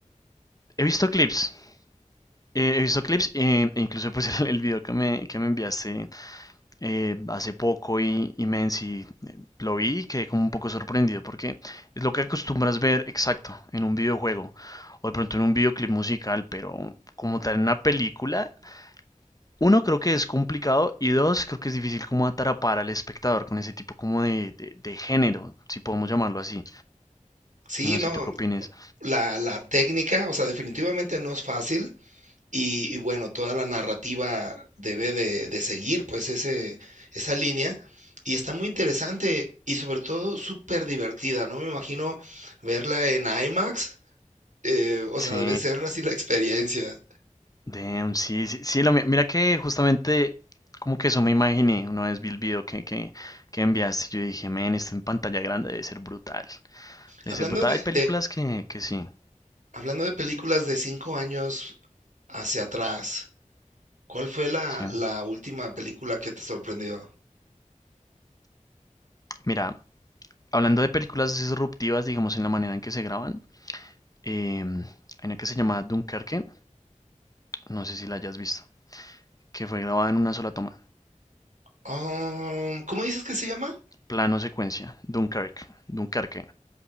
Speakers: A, on the left (about 30°); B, on the right (about 75°).
A: He visto clips. eh, he visto clips eh, e incluso pues <laughs> el, el video que me, que me enviaste eh, hace poco y, y Menzi lo vi y quedé como un poco sorprendido porque es lo que acostumbras ver exacto en un videojuego o de pronto en un videoclip musical, pero como tal en una película, uno creo que es complicado y dos creo que es difícil como atrapar al espectador con ese tipo como de, de de género, si podemos llamarlo así.
B: Sí,
A: No
B: no,
A: sé tú qué opines.
B: la, la técnica, o sea, definitivamente no es fácil. Y, y bueno, toda la narrativa debe de, de seguir, pues, ese, esa línea. Y está muy interesante y sobre todo súper divertida, ¿no? Me imagino verla en IMAX. eh, o
A: Sí,
B: sea, debe ser así la experiencia.
A: damn, sí, sí, sí, lo mi- mira que justamente como que eso me imaginé una vez vi el video que, que, que enviaste. Yo dije, men, esto en pantalla grande debe ser brutal. Debe
B: Hablando
A: ser brutal.
B: de,
A: Hay películas
B: de,
A: que, que sí,
B: Hablando de películas de cinco años hacia atrás, ¿cuál fue la,
A: sí.
B: la última película que te sorprendió?
A: Mira, hablando de películas disruptivas, digamos, en la manera en que se graban, em, hay una que se llama Dunkerque, no sé si la hayas visto, que fue grabada en una sola toma,
B: Um, ¿cómo dices que se llama?
A: plano secuencia, Dunkerque, Dunkerque,